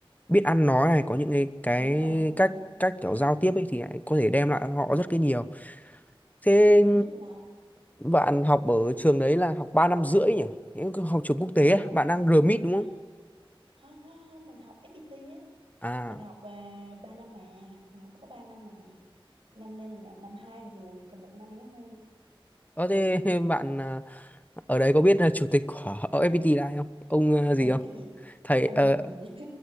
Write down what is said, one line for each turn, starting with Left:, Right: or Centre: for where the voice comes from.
Left: biết ăn nói này có những cái cái
Right: đúng rồi đúng rồi
Left: cách cách kiểu giao tiếp ấy thì lại có thể đem lại họ rất cái nhiều thế
Right: nhất là
Left: bạn học ở trường đấy là học 3 năm rưỡi nhỉ Nếu học trường quốc tế
Right: mình
Left: à?
Right: học
Left: bạn
Right: ừm,
Left: đang RMIT đúng không
Right: không, không không, mình học FPT á
Left: à
Right: mình học uh, 3 năm mà mình học có 3 năm mà năm nay là năm hai rồi còn một năm nữa thôi
Left: Ờ thế <laughs> bạn à, ở đấy có biết là chủ tịch của <laughs> FPT là ai không? Ông à,
Right: Ờ,
Left: gì không?
Right: cái gì
Left: Thầy
Right: ông
Left: ờ,
Right: Bình gì